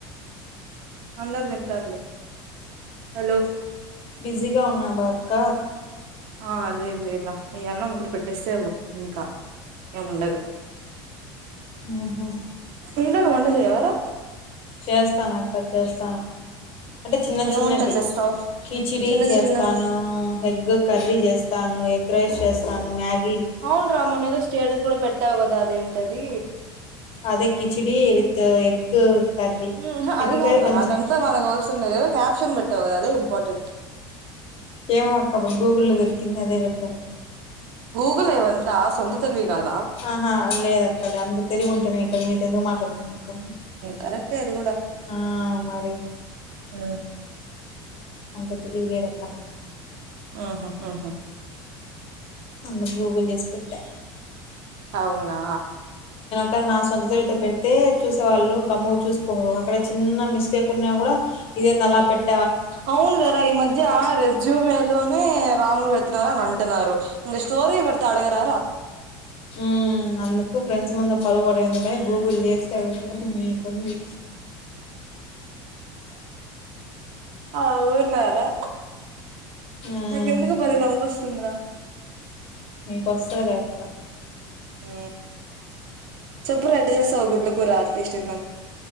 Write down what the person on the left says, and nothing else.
బిజీగా ఉన్నావా అక్క
ఉహు
చేస్తానక్క చేస్తాను అంటే చిన్న
చిన్నటి
కిచిడి
చేస్తాను
హెగ్ కర్రీ చేస్ తాను ఎగ్ రైస్ చేస్తాను మ్యాగ్
అదే కిచిడి విత్ ఎగ్ కర్రీ
ఎగ్
కర్రీ
కొంచెం
ఏమో అక్క అప్పుడు గూగుల్ లో దొరికింది అదే పెట్టాను
ఆహా లేదక్క గంత తెలివి ఉంటే నేను ఇక్కడ మీతో ఎందుకు మాట్లాడతానక్క
ఆ మరి
అంత తెలివి లేదక్క నాకు
అందుకు గూగుల్ చేసి పెట్టా
కాదు నా సొంత తెలివితో పెడితే చూసేవాళ్ళు గమ్ముగ చూసిపోరు అక్కడే చిన్న మిస్టేక్ ఉన్నా కూడా ఇదేంది అలా పెట్
ఊ అందుకు ఫ్రెండ్స్ ముందు పరువు పోవడం ఎందుకని గూగుల్ ఎవరికి నీకుంది
ఉమ్.
మీకు వస్తదివలేక్క